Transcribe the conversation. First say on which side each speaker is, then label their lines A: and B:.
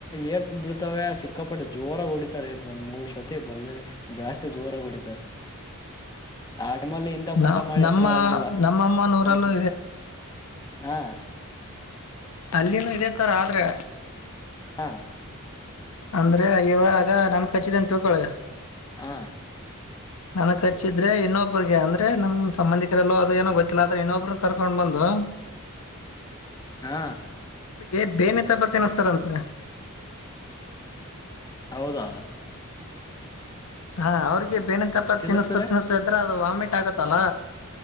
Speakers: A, on the left (about 20°); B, on the left (about 75°).
A: ಏಟ್ ಬಿಡ್ತಾವ ಸಿಕ್ಕಾಪಟ್ಟೆ ಜೋರಾಗ ಹೊಡಿತಾರೆ ಏಟ್ ಒಂದ್ ಮೂರ್ ಸತಿ ಬಲ್ಲ ಜಾಸ್ತಿ ಜೋರ ಹೊಡಿತಾರೆ ಆ ನಿಮ್ಮಲ್ಲಿ ಹಿಂದ ಮುಂದ
B: ನಾವ್
A: ಮಾಡಿ
B: ನಮ್ಮ
A: ಹೆಸರು ಹೇಳಂಗಿಲ್ಲ
B: ನಮ್ಮಮ್ಮನೂರಲ್ಲೂ
A: ಹ್ಮ್ ಹಾ
B: ಅಲ್ಲಿನ ಇದೆ ತರ ಆದ್ರೆ
A: ಹಾ
B: ಅಂದ್ರೆ ಇವಾಗ ನನ್ ಕಚ್ಚಿದಂತ ತಿಳ್ಕೊಳ್ಳಿ
A: ಹಾ
B: ನನಕ್ ಹಚ್ಚಿದ್ರೆ ಇನ್ನೊಬ್ಬ್ರಗೆ ಅಂದ್ರೆ ನಮ ಸಂಬಧಿಕರೆಲ್ಲೋ ಅದು ಏನೋ ಗೊತ್ತಿಲ್ಲ್ರ ಇನ್ನೊಬ್ನ್ ಕರ್ಕೊಂಡ್ ಬಂದು ಹಾ
A: ಹಾ
B: ಏನ್ ಬೇನ್ ತಪ್ಲಾ ತಿನ್ನುಸ್ತಾರಂತ ಅಂತ
A: ಹೌದಾ
B: ಹಾ ಅವ್ರಿಗೆ ಬೇನಂತಪ್ಪ
A: ತಿನ್ನಿಸ್ತಾರೆ
B: ತಿನ್ಸಸ್ತಾ ತಿನ್ಸ್ತಾ ಇದ್ರೆ ಅದು ವಾಮಿಟ್ ಆಗತ್ತಲ್ಲ